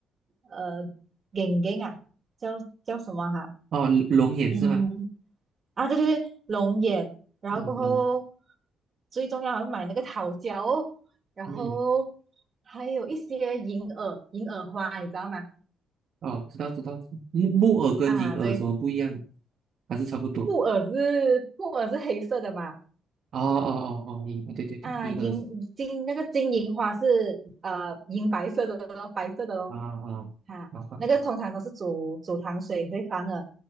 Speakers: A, on the right (about 40°); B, on the right (about 60°).
A: 呃眼睛啊，叫叫什么哈、
B: 哦，龙眼是吗？
A: 嗯啊，对对对，龙眼，然后过后
B: 哦，龙，
A: 最重要还要买那个桃胶哦，然后
B: 嗯，
A: 还有一些银耳、银耳花，你知道吗？
B: 哦，知道知道，木木耳跟银耳什么不一样？
A: 啊，对，
B: 还是差不多？
A: 木耳是木耳是黑色的嘛？
B: 哦哦哦哦，银，对对对，
A: 啊，
B: 银耳，
A: 银金那个金银花是呃银白色的咯，白色的咯。
B: 啊啊，
A: 哈、
B: 麻烦。
A: 那个通常都是煮煮糖水会放的。